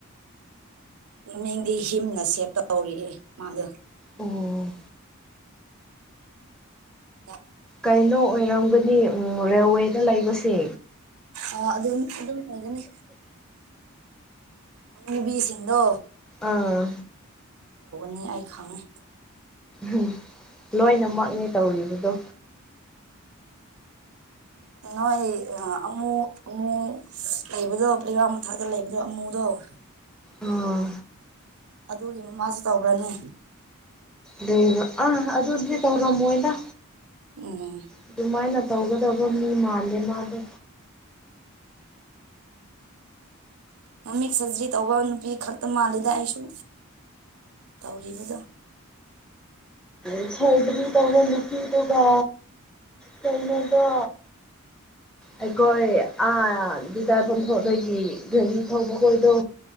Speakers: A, on the right; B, in the centre.
A: ꯃꯃꯤꯡꯗꯤ ꯍꯤꯝꯅ ꯁꯦꯞ ꯇꯧꯔꯤꯌꯦ ꯃꯥꯗꯣ
B: ꯑꯣ
A: <unintelligible>
B: ꯀꯩꯅꯣ ꯑꯣꯏꯔꯝꯒꯅꯤ ꯎ ꯔꯦꯜꯋꯦꯗ ꯂꯩꯕꯁꯦ
A: ꯑ ꯑꯗꯨ ꯑꯗꯨꯝ ꯑꯗꯨꯅꯤ ꯑꯕꯤ ꯁꯤꯗꯣ
B: ꯑꯥ
A: ꯅꯤ ꯑꯩ ꯈꯪꯉꯤ
B: ꯎꯝ ꯂꯣꯏꯅꯃꯛꯅꯦ ꯇꯧꯔꯤꯕꯗꯣ
A: ꯅꯣꯏ ꯑꯃꯨ ꯑꯃꯨ ꯂꯩꯕꯗꯣ ꯄ꯭ꯂꯦꯒ꯭ꯔꯥꯎ ꯃꯊꯥꯛꯇ ꯂꯩꯕꯗꯣ ꯑꯃꯨꯗꯣ <inaudible>
B: ꯑꯥ
A: ꯑꯗꯨꯒꯤ ꯃꯃꯥꯁꯨ ꯇꯧꯕ꯭ꯔꯅꯦ
B: ꯂꯩꯔꯣ ꯑꯥ ꯑꯗꯨꯗꯤ ꯇꯧꯔꯝꯃꯣꯏꯗ
A: ꯎꯝ
B: ꯑꯗꯨꯃꯥꯏꯅ ꯇꯧꯒꯗ ꯑꯗꯨꯒꯕ ꯃꯤ ꯃꯥꯥꯟꯂ ꯃꯥꯗ
A: ꯃꯃꯤꯡ ꯁꯔꯖꯔꯤ ꯇꯧꯕ ꯅꯨꯄꯤ ꯈꯛꯇ ꯃꯥꯜꯂꯤꯗ ꯑꯩꯁꯨ ꯇꯧꯔꯤꯕꯗꯣ
B: ꯎ ꯁꯗꯔꯤ ꯇꯧꯕ ꯅꯨꯄꯤꯗꯨꯒ ꯀꯅꯗ ꯑꯩꯈꯣꯏꯥ ꯗꯥꯏ ꯄꯣꯟꯊꯣꯛꯗꯒꯤ ꯘꯔꯤ ꯊꯄ ꯈꯣꯏꯗꯣ